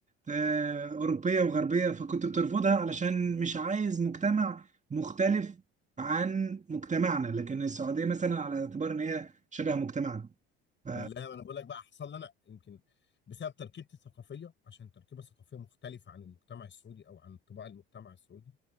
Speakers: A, on the right; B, on the left.
A: آه، أوروبية وغربية فكنت بترفضها علشان مش عايز مجتمع مختلف عن مجتمعنا لكن السعودية مثلا على اعتبار إن هي شبه مجتمعنا ف...
B: لا ما انا بقول لك بقى حصل لي انا يمكن بسبب تركيبتي الثقافيه عشان تركيبه ثقافيه مختلفه عن المجتمع السعودي او عن طباع المجتمع السعودي